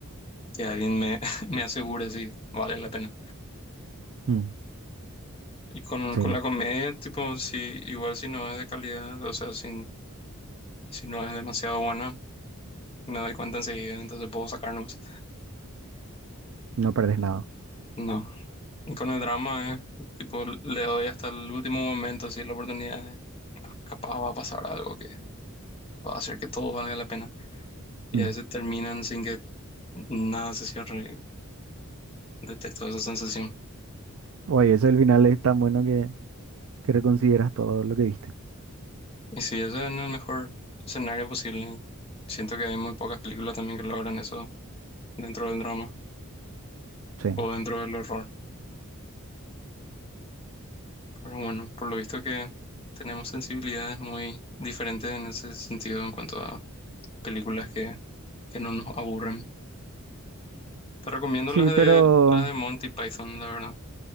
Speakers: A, on the left; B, on the right.
A: que alguien me, <laughs> me asegure si vale la pena.
B: Mm.
A: Y con,
B: Sí,
A: con la comedia, tipo, si, igual si no es de calidad, o sea, si, si no es demasiado buena, me doy cuenta enseguida, entonces puedo sacarnos.
B: no perdes nada.
A: No. Y con el drama, eh, tipo, le doy hasta el último momento, si la oportunidad, capaz va a pasar algo o hacer que todo valga la pena. Y
B: Mm.
A: a veces terminan sin que nada se cierre. y Detesto esa sensación.
B: Oye, ese el final es tan bueno que, que reconsideras todo lo que viste.
A: Y si eso es el mejor escenario posible. Siento que hay muy pocas películas también que logran eso dentro del drama
B: Sí.
A: o dentro del horror. Pero bueno, por lo visto que tenemos sensibilidades muy diferentes en ese sentido en cuanto a películas que, que no nos aburren. Te recomiendo
B: Sí,
A: las de
B: pero
A: las de Monty Python, la verdad.